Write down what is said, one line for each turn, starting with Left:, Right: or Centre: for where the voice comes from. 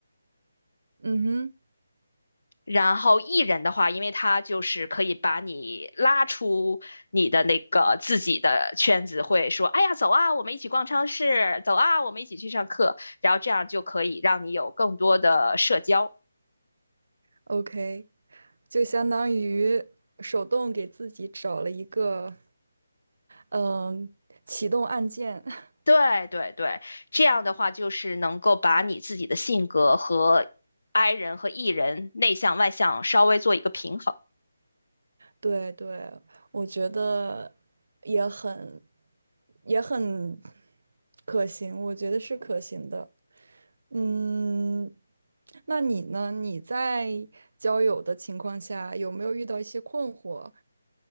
Right: 嗯哼
Left: 然后艺人的话，因为他就是可以把你拉出你的那个自己的圈子，会说，哎呀，走啊，我们一起逛超市，走啊，我们一起去上课，然后这样就可以让你有更多的社交。
Right: ，OK，就相当于手动给自己找了一个，嗯，启动按键。<laughs>
Left: 对对对，这样的话就是能够把你自己的性格和 I 人和 E 人内向外向稍微做一个平衡。
Right: 对对，我觉得也很也很可行，我觉得是可行的。嗯，那你呢？你在交友的情况下，有没有遇到一些困惑？